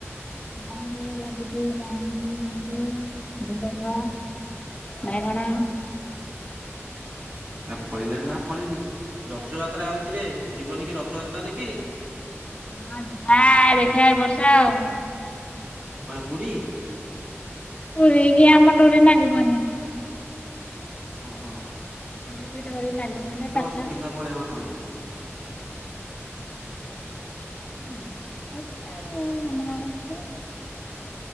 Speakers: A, on the left; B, on the right.
A: ବାରିରେ ଲାଗିଛି ଜହ୍ନି ଭେଣ୍ଡି ଝୁଡୁଙ୍ଗ। ବାଇଗଣ।
B: ନା ଫଳିଲାନି ନା ଫଳିନି। ରଥଯାତ୍ରା ଆଉଛି ରେ ଯିବନି କି ରଥଯାତ୍ରା ଦେଖି?
A: ହଁ ଯିବା ଦେଖିବା ଏ ବର୍ଷ ଆଉ।
B: କୁଆଡ଼େ ପୁରି?
A: ପୁରୀକି ଆମ ଡୋରି ନାଗିବନି।
B: ଓ ହଁ।
A: କରିକି ଡରି ପାନ ଫାନ ପାକା।
B: ସୁକିନ୍ଦା ପଳେଇବ ନହେଲେ।
A: <inaudible> ଆମାର ଆଡକୁ